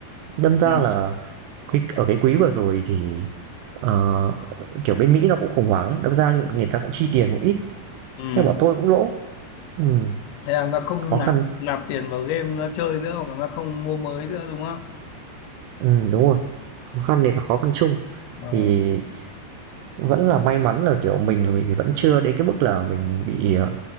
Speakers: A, on the right; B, on the left.
A: đâm ra
B: Ừ.
A: là cái ở cái quý vừa rồi thì ờ, kiểu bên Mỹ nó cũng khủng hoảng ấy, đâm ra người ta cũng chi tiền cũng ít
B: Ừ.
A: theo bọn tôi cũng lỗ ừ,
B: Thế là nó không
A: khó
B: nạp
A: khăn
B: nạp tiền vào game nó chơi nữa hoặc là nó không mua mới nữa đúng không?
A: ừ, đúng rồi khó khăn này là khó khăn chung
B: Ờ,
A: thì vẫn là may mắn là kiểu mình mình vẫn chưa đến cái mức là mình bị ờ,